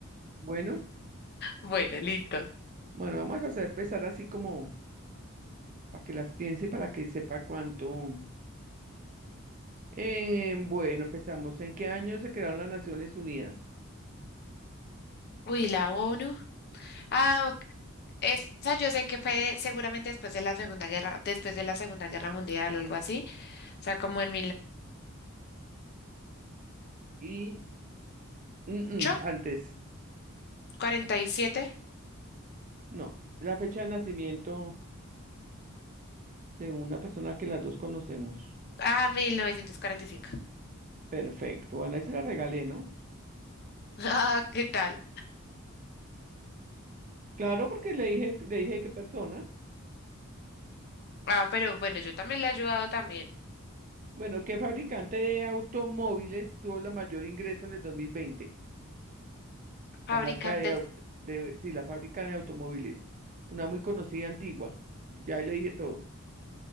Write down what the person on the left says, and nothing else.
Bueno, listo.
Uy, la ONU. Ah, Esa yo sé que fue seguramente después de la Segunda Guerra, después de la Segunda Guerra Mundial algo así, o sea, como en
1948,
47,
ah, 1945 <laughs>
Ah, ¿qué tal?
Ah, pero bueno, yo también le he ayudado también.
Fabricante,